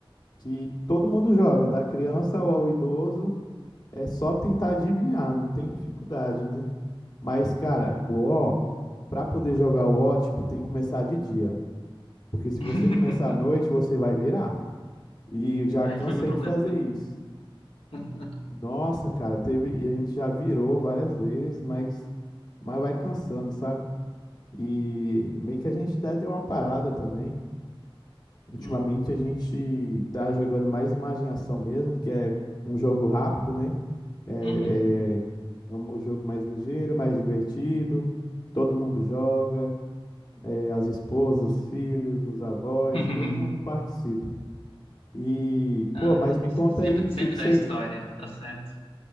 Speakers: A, on the left (about 45°); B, on the left (about 80°).
A: que todo mundo joga, da criança ao idoso. É só tentar adivinhar, não tem dificuldade, né? Mas, cara, o O, pra poder jogar o ó tipo, tem que começar de dia. Porque se
B: <laughs>
A: você começar à noite, você vai virar. E já
B: Aí
A: cansei
B: foi meu problema.
A: de fazer isso.
B: <laughs>
A: Nossa, cara, teve, e a gente já virou várias vezes, mas, mas vai cansando, sabe? E meio que a gente até deu uma parada também. Ultimamente
B: Hum.
A: a gente tá jogando mais imaginação mesmo, que é um jogo rápido, né? É,
B: Uhum.
A: é é um jogo mais ligeiro, mais divertido, todo mundo joga, é, as esposas, os filhos, os avós,
B: <laughs>
A: todo mundo participa. E,
B: Não,
A: pô,
B: é,
A: mas me
B: é
A: conta
B: sempre,
A: aí, o
B: sempre
A: que que
B: dá
A: você
B: história, tá certo.